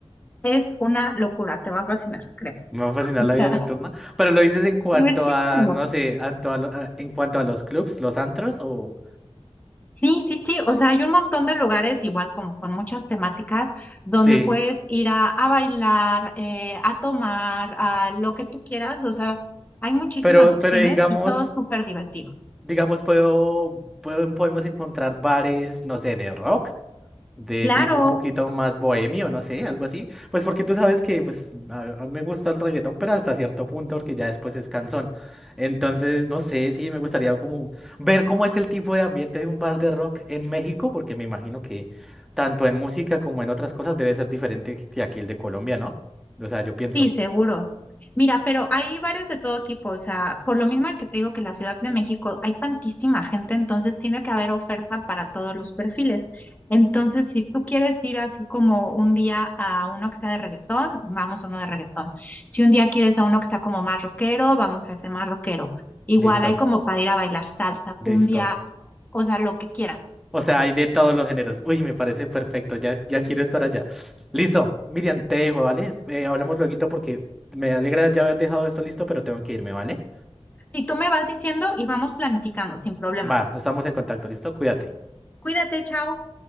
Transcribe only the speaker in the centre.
Me va a fascinar
la vida nocturna. Pero lo dices en cuanto
a, no sé, anto- a lo- a- en cuanto a los clubs, los antros, o
sí.
Pero,
pero digamos,
digamos, puedo, puedo, podemos encontrar bares, no sé, de rock. de
tipo un poquito más bohemio, no sé, algo así. Pues porque tú sabes que pues a, a mí me gusta el reggaetón, pero hasta cierto punto, porque ya después es cansón. Entonces, no sé, sí, me gustaría como ver cómo es el tipo de ambiente de un bar de rock en México, porque me imagino que tanto en música como en otras cosas debe ser diferente que aquí el de Colombia, ¿no? O sea, yo pienso.
Listo,
listo.
O sea, hay de todos los géneros. Uy, me parece perfecto. Ya, ya quiero estar allá. Listo. Miriam, te dejo, ¿vale? Eh, hablamos luego porque me alegra ya haber dejado esto listo, pero tengo que irme, ¿vale?
Va, estamos en contacto, ¿listo? Cuídate.